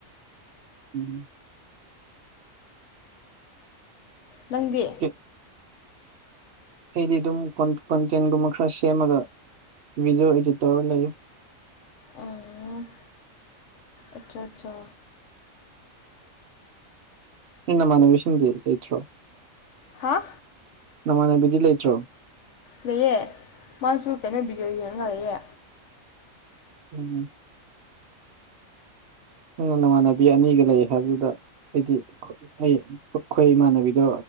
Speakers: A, on the right (about 60°); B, on the left (about 70°).
A: ꯎꯝ
B: ꯅꯪꯗꯤ
A: ꯆꯠ ꯑꯩꯗꯤ ꯑꯗꯨꯝ ꯀꯣꯟꯇꯦꯟꯒꯨꯝꯕ ꯈꯔ ꯁꯦꯝꯃꯒ ꯚꯤꯗꯤꯑꯣ ꯏꯗꯤꯠ ꯇꯧꯔ ꯂꯩ
B: ꯑꯣ ꯑꯆꯥ ꯑꯆꯥ
A: ꯏꯟꯅ ꯃꯥꯅꯦꯕꯤꯁꯤꯡꯟꯗꯤ ꯂꯩꯇ꯭ꯔꯣ
B: ꯍꯥꯥ
A: ꯅꯃꯥꯟꯅꯕꯤꯗꯤ ꯂꯩꯇ꯭ꯔꯣ
B: ꯂꯩꯌꯦ ꯃꯥꯁꯨ ꯀꯩꯅꯣ ꯕꯤꯗꯤꯑꯣ ꯌꯦꯡꯉ ꯂꯩꯛꯌꯦ
A: ꯎꯝ ꯎꯝ ꯅꯪꯅ ꯅꯃꯥꯟꯅꯕꯤ ꯑꯅꯤꯒ ꯂꯩ ꯍꯥꯏꯕꯗꯨꯗ ꯍꯥꯏꯗꯤ ꯑꯩ ꯑꯩꯈꯣꯏ ꯏꯃꯥꯟꯅꯕꯤꯗꯣ